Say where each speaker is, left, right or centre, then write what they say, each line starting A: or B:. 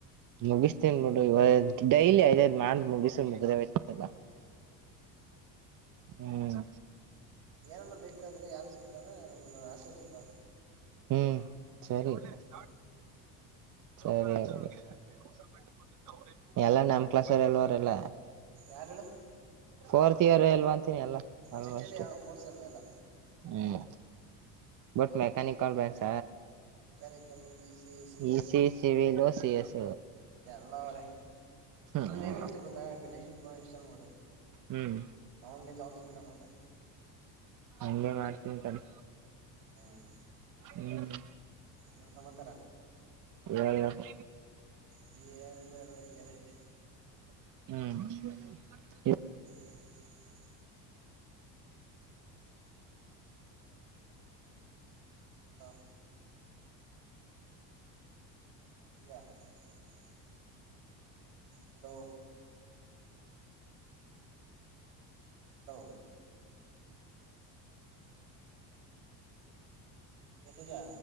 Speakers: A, on the right (about 40°); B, on the right (about 75°).
A: ಮುಗಿಸ್ತೇನ್ ಬಿಡು ಇವಾಗ ಡೈಲಿ ಐದಐದ್ ಮಾಡ ಮುಗಿಸ್ರ ಮುಗ್ದೇಬೇಕೇಕತ್ತಲ್ಲ
B: <inaudible>
A: ಹ್ಮ್
B: ಏನಾನ ಬೇಕಾದ್ರೆ ಯಾರು ಸಿಕ್ಕಿಲ್ಲಾನ ನನ್ ಆಸ್ಲತ್ಗ್ ಬಾ
A: ಹ್ಮ್ ಸರಿ
B: ನಾನೇ
A: <unintelligible>
B: ನೋಡ್ಕೊಡ್ತೀನಿ
A: ಸರಿ ಹಾಗ <unintelligible> ಎಲ್ಲ ನಮ್ ಕ್ಲಾಸ್ರ್ <unintelligible> ಎಲ್ಲವರೆಲ್ಲ
B: ಯಾರ್ ಹೇಳು
A: ಫೋರ್ತ್ ಇಯರ್ ಎಲ್ವಾಂತೀನಿ ಅಲ್ಲ almost
B: second year fourth sem ಎಲ್ಲ
A: ಹ್ಮ್ ಬಟ್ ಮೆಕ್ಯಾನಿಕಲ್ ಬನ್ಸ
B: mechanical E C C
A: E
B: S
A: ಸವ ಸ
B: ಎಲ್ಲ ಅವರೇ
A: ಹ್ಮ್
B: ಇಲ್ಲಿಂದ ಏನ್ ಮಾಡ್ತ ಗೊತ್ತಾ ಗಣೇಶನ್ ಫೋನ್ ಇನ್ಸ್ಟಾಲ್ ಮಾಡು
A: ಹ್ಮ್
B: ಅವನ್ಗೆ ಜನ್ಚಿತಲ್ಲ ಮಾತಾಡ
A: ಇಲ್ಲೆ ಮಾಡ್ತೀಂತಾನ
B: ಹ್ಮ್
A: ಹ್ಮ್
B: ನ ಸಮಾಚಾರ
A: ಹೇಳ್ಬೇಕು
B: ನೀ ಏನೆಲ್ಲ ಹೇಳ್ಬೇಕ ಏನೈತಿ
A: ಹ್ಮ್ <inaudible>
B: ಹ್ಮ್ <inaudible> ನಾನ <unintelligible> ಅದ <inaudible> ಹಜ <inaudible> ಹಲೋ ಹಲೋ ಅತ್ತಜಾ